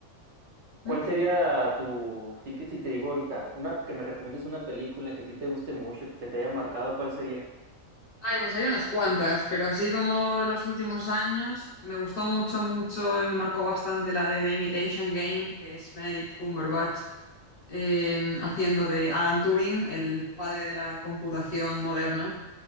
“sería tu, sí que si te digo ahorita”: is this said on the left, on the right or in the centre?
Right